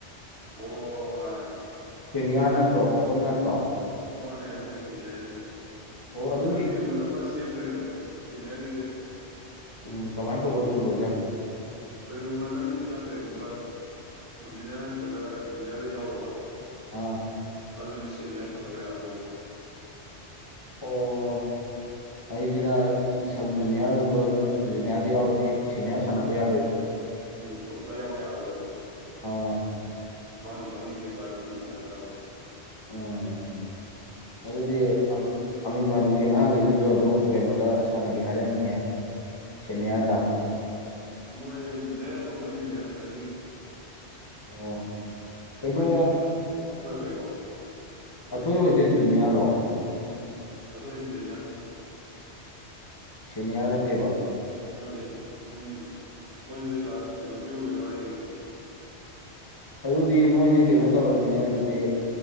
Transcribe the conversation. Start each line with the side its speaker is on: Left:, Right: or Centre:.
Right: ꯑꯣ
Left: ꯅꯤꯌꯥꯔ ꯅꯠꯇ꯭ꯔꯣ ꯑꯣꯄꯟ ꯅꯠꯇ꯭ꯔꯣ
Right: ꯃꯥꯅꯩ ꯑꯗꯨꯅꯦ ꯁꯦꯅꯤꯌꯔꯅꯦ
Left: ꯑꯣ
Right: ꯑꯗꯣ
Left: ꯑꯗꯨꯒꯤ
Right: ꯍꯟꯗꯛꯇꯤ ꯔꯨꯜ ꯑꯃ ꯁꯦꯝꯈ꯭ꯔꯦ ꯍꯥꯏꯕꯅꯤ ꯁꯦꯅꯤꯌꯔꯒꯤꯁꯦ
Left: ꯎꯝ ꯀꯃꯥꯏꯅ ꯇꯧꯕ ꯑꯣꯏꯖꯥ ꯅꯣ
Right: ꯀꯔꯤꯒꯨꯝꯕ ꯅꯪꯁꯤꯅ ꯀꯔꯤꯒꯨꯝꯕ ꯁꯕ ꯖꯨꯅꯤꯌꯔ ꯅꯠꯇ꯭ꯔꯒ ꯖꯨꯅꯤꯌꯔꯗ ꯌꯥꯎꯔꯕ
Left: ꯑꯥ
Right: ꯑꯗꯗꯤ ꯁꯦꯅꯌꯔ ꯁꯥꯅꯕ ꯌꯥꯔꯔꯣꯏꯕ
Left: ꯑꯣ ꯑꯩꯁꯤꯅ ꯁꯕ ꯖꯨꯅꯤꯌꯥꯔꯒꯨꯝꯕꯅ ꯖꯨꯅꯤꯌꯥꯔꯗ ꯌꯥꯎꯔꯗꯤ ꯁꯦꯅꯤꯌꯔ ꯁꯥꯟꯅꯕ ꯌꯥꯔꯣꯏꯕ
Right: ꯎꯝ ꯆꯣꯡꯈꯠꯂ ꯌꯥꯎꯕ ꯌꯥꯔꯣꯏꯕ
Left: ꯑꯥ
Right: ꯃꯥꯒꯤ ꯃꯥꯒꯤ ꯄꯦ ꯇꯒ ꯑꯗꯨꯝ ꯁꯥꯟꯅꯒꯗꯕ
Left: ꯎꯝ ꯑꯗꯨꯗꯤ ꯑꯃ ꯃꯗꯨꯒꯤ ꯑꯉꯥꯡꯉꯩꯗꯨꯁꯨ ꯑꯗꯨꯝ ꯀꯩꯅꯣꯗ ꯁꯥꯟꯅꯒꯦ ꯍꯥꯏꯔꯅꯤꯅꯦ ꯁꯦꯅꯤꯌꯥꯔꯗ
Right: ꯃꯣꯏ ꯨꯅꯤꯏ ꯑꯐꯕꯕꯨꯗꯤ ꯨꯅꯌꯥ ꯆꯅꯥꯅꯦ
Left: ꯑꯣ ꯀꯩꯅꯣ
Right: ꯍꯥꯏꯗꯤ ꯃꯣꯏ ꯑꯊꯣꯏ ꯍꯣꯏꯀꯣ
Left: ꯑꯊꯣꯏ ꯍꯣꯏꯖꯤ ꯖꯨꯅꯤꯌꯥꯔꯣ
Right: ꯑꯩꯈꯣꯏ ꯏꯟꯁꯤꯅꯤꯔ
Left: ꯁꯦꯅꯤꯌꯥ ꯅꯠꯇꯦꯕ
Right: ꯅꯠꯇꯦ ꯅꯠꯇꯦ ꯃꯣꯏ ꯃꯣꯏꯅ ꯀꯩꯅꯣ ꯇ꯭ꯔꯤꯕ ꯑꯣꯏꯗ ꯉꯔꯤ ꯀꯩꯅꯣ
Left: ꯑꯗꯨꯗꯤ ꯃꯣꯏꯗꯤ ꯀꯩꯅꯣ ꯇꯧꯔꯅꯤꯅꯦ ꯑꯗꯨꯗꯤ